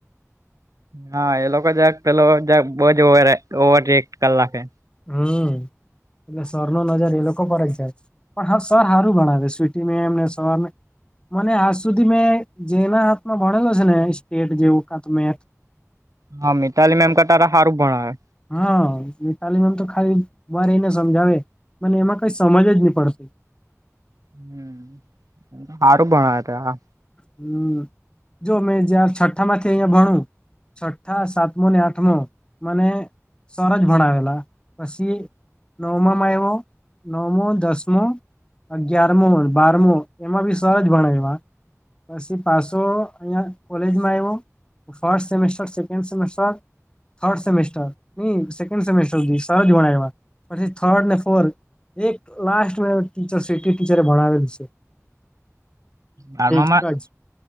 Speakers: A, on the right; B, on the left.
A: હા એ લોકો જ પેલો બહુ જોવે રે ઓવર ટેક કલાકે.
B: હમ એટલે સરનો નજર એ લોકો પર જ જાય. પણ હા સર હારું ભણાવે. સ્વીટી મેમને સર ને મને આજ સુધી મેં જેના હાથમાં ભણેલો છે ને સ્ટેટ જેવું કાતો મેક્સ
A: હા મિતાલી મેમ કરતા તો હારુ ભણાવે.
B: હા મિતાલી મેમ તો ખાલી ઊભા રઇને સમજાવે. પણ એમાં કઈ સમજ જ નહી પડતી.
A: હમ એમ તા હારુ ભણાવે તોય આ.
B: હમ જો મેં જ્યાં છઠ્ઠામાંથી અહંયા ભણું. છઠ્ઠા, સાતમો ને આઠમો મને સર જ ભણાવેલા. પસી નવમામાં આયવો નવમો ન દસમો. અગિયારમો, બારમો એમાં બી સર જ ભણાયવા. પછી પાસો અહીયા કોલેજમાં આવ્યો first semester, second semester. Third semester ની સેકન્ડ સેમેસ્ટર સુધી સર જ ભણાયા. પછી થર્ડ ને ફોર્થ એક લાસ્ટ ટીચર સે તે ટીચરે ભણાવેલું સે.
A: બારમામાં
B: જ